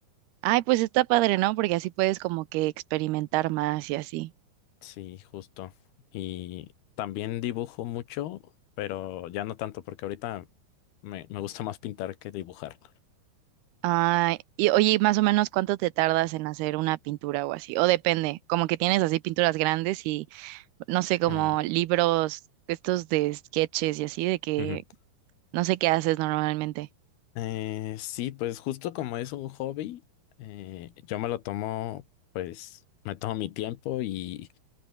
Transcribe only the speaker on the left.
sí, justo. Y también dibujo mucho, pero ya no tanto porque ahorita me, me gusta más pintar que dibujar.
Eh,
ujú.
Eh, sí, pues justo como es un hobby, eh, yo me lo tomo, pues me tomo mi tiempo y,